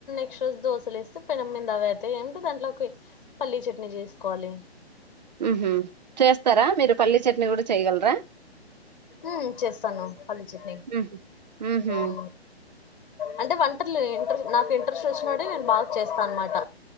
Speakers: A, on the left; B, on the right.
A: ఎక్ష దోశలు ఏస్తే పెనమింద అవి అయితే ఏమి దాంట్లోకి పల్లీ చట్నీ చేసుకోవాలి.
B: ఉహు చేస్తారా మీరు పల్లీ చట్నీ కూడా చేయ్యగలరా
A: ఉ చేస్తాను పల్లీ చట్నీ
B: ఉహు ఉహు
A: ఊ అంటే వంటలు ఇంట్రస్ నాకు ఇ చూసినడు నేను బాగా చేస్తాను అనమాట